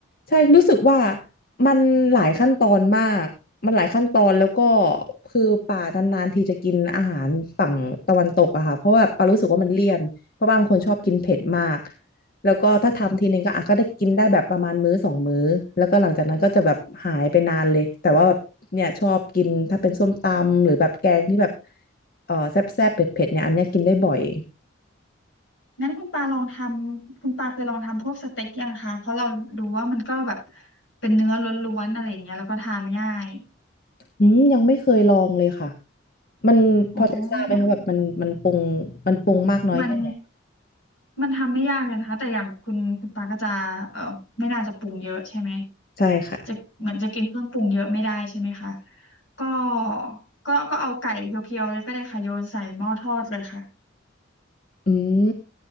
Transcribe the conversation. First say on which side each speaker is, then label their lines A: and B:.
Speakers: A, on the left (about 45°); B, on the left (about 70°).
A: ใช่รู้สึกว่ามันหลายขั้นตอนมากมันหลายขั้นตอนแล้วก็คือป่านานๆทีจะกินอาหารฝั่งตะวันตกอะค่ะเพราะว่าปารู้สึกว่ามันเลี่ยนเพราะบางคนชอบกินเผ็ดมาก แล้วก็ถ้าทำทีนึงก็อ่ะก็ได้กินได้แบบประมาณมื้อสองมื้อแล้วก็หลังจากนั้นก็จะแบบหายไปนานเลยแต่ว่าแบบเนี่ยชอบกินถ้าเป็นส้มตำหรือแบบแกงที่แบบเออแซ่บๆเผ็ดๆเนี่ยอันเนี้ยกินได้บ่อย
B: งั้นคุณปาลองทำคุณปาเคยลองทำพวกสเต็กยังคะเพราะเราดูว่ามันก็แบบเป็นเนื้อล้วนๆอะไรอย่างเงี้ยแล้วก็ทานง่าย
A: อืมยังไม่เคยลองเลยค่ะมันพอจะทราบไหมคะแบบมันมันปรุงมันปรุงมากน้อยแค่ไหน
B: อ๋อมันมันทำไม่ยากเลยนะคะแต่อย่างคุณคุณปาก็จะเออไม่น่าจะปรุงเยอะใช่ไหม
A: ใช่ค่ะ
B: จะเหมือนจะกินเครื่องปรุงเยอะไม่ได้ใช่ไหมคะก็ก็ก็เอาไก่เพียวๆเลยก็ได้ค่ะโยนใส่หม้อทอดเลยค่ะ
A: อืม